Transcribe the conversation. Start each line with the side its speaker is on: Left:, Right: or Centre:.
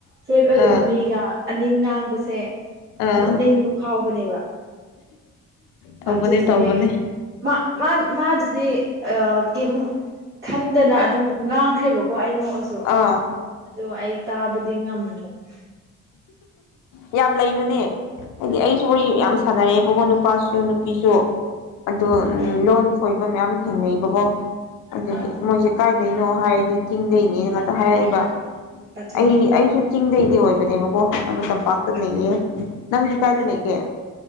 Right: ꯐ꯭ꯔꯦꯟ ꯑꯣꯏꯗꯕ
Left: ꯑꯥ
Right: ꯃꯤꯒ ꯑꯅꯤ ꯉꯥꯡꯕꯁꯦ
Left: ꯑꯥ
Right: ꯅꯣꯛꯅꯤꯡꯕ ꯐꯥꯎꯕꯅꯦꯕ
Left: ꯇꯧꯕꯅꯦ
Right: ꯑꯗꯨꯗꯨꯒꯤ
Left: ꯇꯧꯕꯅꯦ
Right: ꯃꯥ ꯃꯥꯗꯨꯗꯤ ꯑ ꯀꯩꯝ ꯈꯟꯗꯅ ꯑꯗꯨꯝ ꯉꯥꯡ ꯈꯔꯦꯕꯀꯣ ꯑꯩ ꯅꯣꯛꯑꯁꯨ
Left: ꯑꯥ
Right: ꯑꯗꯣ ꯑꯩ ꯇꯥꯕꯗꯤ ꯉꯝꯗ꯭ꯔꯦꯕ
Left: ꯌꯥꯝ ꯂꯩꯕꯅꯦ ꯍꯥꯏꯗꯤ ꯑꯩꯁꯨ ꯋꯥꯔꯤ ꯌꯥꯝ ꯁꯥꯟꯅꯔꯛꯑꯦꯕꯀꯣ ꯅꯨꯄꯥꯁꯨ ꯅꯨꯄꯤꯁꯨ ꯑꯗꯣ
Right: ꯎꯝ
Left: ꯂꯣꯟ ꯈꯣꯏꯕ ꯃꯌꯥꯝ ꯊꯦꯡꯅꯩꯕꯀꯣ ꯑꯗꯨꯗꯒꯤ
Right: ꯑꯥ
Left: ꯃꯣꯏꯁꯦ ꯀꯥꯏꯗ ꯀꯗꯩꯅꯣ ꯍꯥꯏꯔꯗꯤ ꯆꯤꯡꯗꯩꯅꯦꯅ ꯉꯥꯛꯇ ꯍꯥꯏꯔꯛꯑꯦꯕ
Right: ꯑꯗꯨꯅꯦ
Left: ꯑꯩ ꯑꯩꯁꯨ ꯆꯤꯡꯗꯩꯗꯤ ꯑꯣꯏꯕꯅꯦꯕꯀꯣ ꯑꯗꯣ ꯇꯝꯄꯥꯛꯇ ꯂꯩꯌꯦ ꯅꯪꯗꯤ ꯀꯥꯏꯗ ꯂꯩꯒꯦ